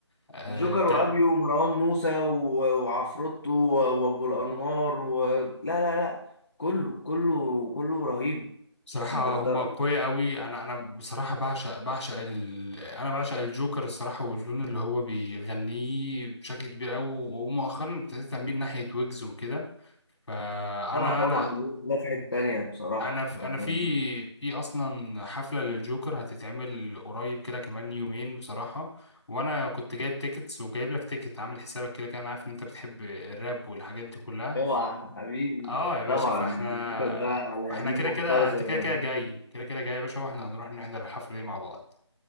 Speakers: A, on the left (about 65°); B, on the left (about 45°).
A: آه،
B: جوكر
A: ده
B: وابيو ومروان موسى و- وعفروتو و- وابو الانوار و... لا لا لا كله كله كله رهيب
A: بصراحة
B: انت كنت
A: هما قوية قوي انا انا بصراحة بعشق بعشق ال... انا بعشق الجوكر الصراحة واللون اللي هو بيغنيه بشكل كبير قوي ومؤخرا ابتديت اميل ناحية ويجز وكده فانا
B: اه طبعا
A: انا
B: يوسف ده في حته تانيه بصراحه
A: انا في
B: انا
A: انا في في اصلا حفله للجوكر هتتعمل قريب كده كمان يومين بصراحه وانا كنت جايب تيكتس وجايب لك تيكت عامل حسابك كده كان عارف ان انت بتحب الراب والحاجات دي كلها
B: اوعى يا حبيبي
A: اه يا باشا
B: طبعا
A: فاحنا
B: الجوكر ده على
A: فاحنا
B: قديمه
A: كده كده
B: خالص
A: انت
B: يعني
A: كده كده جاي كده كده جاي يا باشا واحنا هنروح نحضر الحفله دي مع بعض